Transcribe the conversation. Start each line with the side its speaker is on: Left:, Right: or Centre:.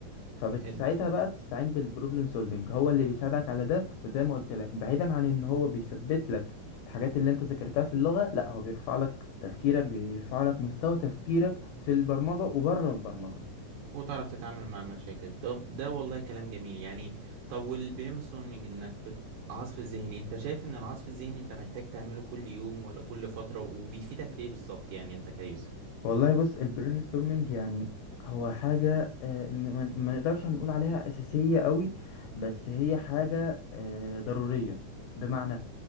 Left: فبتساعدها
Right: حلو
Left: بقى بتستعين بالبروبلم سولفينج هو اللي بيساعدك على ده وزي ما قلت لك بعيدا عن ان هو بيثبت لك الحاجات اللي انت ذاكرتها في اللغة لا هو بيرفع لك تفكيرك بيرفع لك مستوى تفكيرك في البرمجة وبره البرمجة
Right: وتعرف تتعامل مع المشاكل طب ده والله كلام جميل يعني طب والبرين ستورمنج انك بت... عصف الذهني انت شايف ان العصف الذهني انت محتاج تعمله كل يوم ولا كل فترة وبيفيدك في ايه بالظبط يعني انت كيوسف
Left: والله بص البرين ستورمنج يعني هو حاجة آه، م- ما ما نقدرش هنقول عليها أساسية قوي بس هي حاجة آه، ضرورية بمعنى